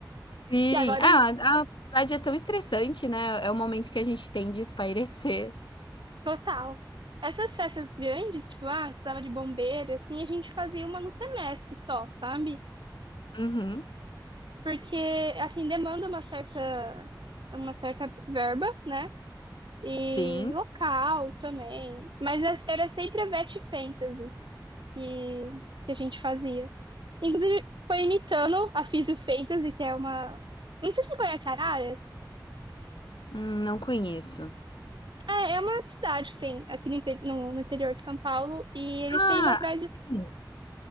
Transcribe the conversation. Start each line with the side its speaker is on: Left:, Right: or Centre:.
Left: Sim.
Right: E agora,
Left: Ah, a faculdade é tão estressante, né, é o momento que a gente tem de espairecer.
Right: total. Essas festas grandes, tipo, ah, precisava de bombeiro, assim, a gente fazia uma no semestre só, sabe?
Left: Uhum.
Right: Porque, assim, demanda uma certa, uma certa verba, né? E
Left: Sim.
Right: local também. Mas as- era sempre a Betty Fantasy que, que a gente fazia. Inclusive, foi imitando a Físio Fantasy, que é uma. Não sei se você conhece Araras.
Left: Hum, não conheço.
Right: É, é uma cidade que tem aqui no, inte- no- no interior de São Paulo. E eles
Left: Ah,
Right: têm uma tradição.
Left: sim.